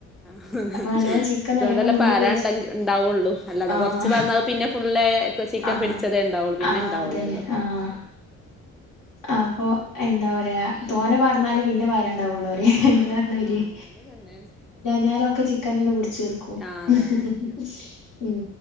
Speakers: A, in the centre; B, on the left.
A: ആഹ്
B: അപ്പൊ നല്ലോ ചിക്കൻ
A: അതോണ്ടല്ലേ
B: നല്ലോ മുങ്ങി
A: പാരണ്ടങ്കി
B: പൊരിച്ച്
A: ഇണ്ടാവൊള്ളൂ അല്ലാതെ
B: ആഹ്
A: കൊറച്ച് പാർന്നാ പിന്നെ ഫുള്ളേ. ചിക്കൻ
B: ആഹ്
A: പിടിച്ചതേ ഇണ്ടാവൊള്ളൂ പിന്നെ
B: ആഹ്
A: ഇണ്ടാവൂലല്ലോ.
B: അതന്നെ ആഹ് അപ്പൊ എന്താ പറയാ തോന വാർന്നാല് പിന്ന വരേണ്ടാവുള്ളു ഇഹ് ഇങ്ങള്
A: ആഹ്
B: പറഞ്ഞമായ്രിയെ
A: ആഹ് അങ്ങനെ തന്നെയാണ്
B: ഞാനൊക്കെ ചിക്കാനന്ന് കുട്ച്ചീർക്കും
A: ആഹ്
B: ഹ്
A: അതാണ്
B: ഹ്
A: ഉം
B: ഹ് ഉം